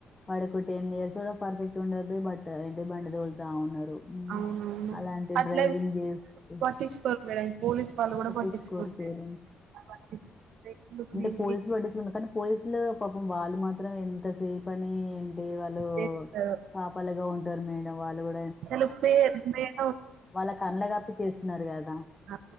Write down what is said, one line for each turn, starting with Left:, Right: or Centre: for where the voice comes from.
Left: పడుకుంటే ఎం చేస్తాడో పర్ఫెక్ట్ ఉండడు బట్ ఏంటి బండి తోలుతా ఉన్నారు తో ఉమ్
Right: అవునవును
Left: అలాంటి
Right: అట్లా
Left: డ్రైవింగ్ చేస్తు
Right: పట్టించుకోరు మేడం పోలీస్ వాళ్ళు కూడా
Left: పట్టించుకోరు
Right: పట్టించుకోట్లేదు
Left: పేరెంట్
Right: పట్టించుకుంటే ఎందుకు
Left: అంటే
Right: దీనికి
Left: పోలీసులు పట్టించుకుంటారు కానీ పోలీసులు పాపం వాళ్ళు మాత్రం ఎంత సేఫ్ అని అంటే వాళ్ళు
Right: చేస్తారు
Left: కాపలుగా ఉంటారు మేడం వాళ్ళు కూ
Right: చలో పే మే <unintelligible>
Left: వాళ్ళ కండ్ల కప్పి చేస్తున్నారు కదా
Right: హ